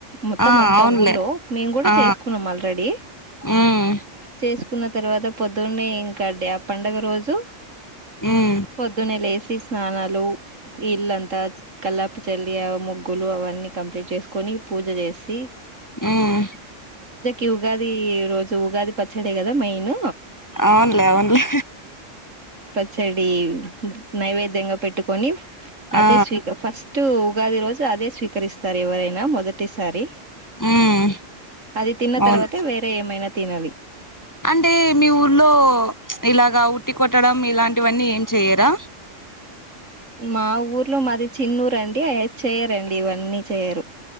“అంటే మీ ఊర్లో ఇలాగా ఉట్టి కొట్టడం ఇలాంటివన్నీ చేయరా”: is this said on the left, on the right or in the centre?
Left